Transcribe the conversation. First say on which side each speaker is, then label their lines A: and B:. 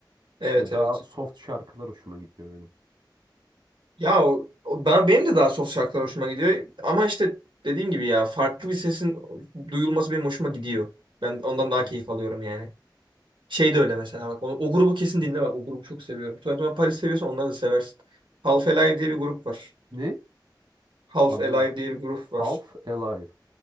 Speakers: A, on the right; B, on the right.
A: Evet
B: Ve daha
A: evet.
B: soft şarkılar hoşuma gidiyor benim.
A: Ya o- o- ben benim de daha soft şarkılar hoşuma gidiyor ama işte dediğim gibi ya farklı bir sesin duyulması benim hoşuma gidiyor. Ben ondan daha
B: Anladım.
A: keyif alıyorum yani. Şey de öyle mesela bak o, o grubu kesin dinle bak o grubu çok seviyorum. Twenty One Pilots seviyorsan onları da seversin. Half Alive diye bir grup var.
B: Ne?
A: Half
B: Anlayamadım.
A: Alive diye bir grup
B: Half
A: var.
B: Alive.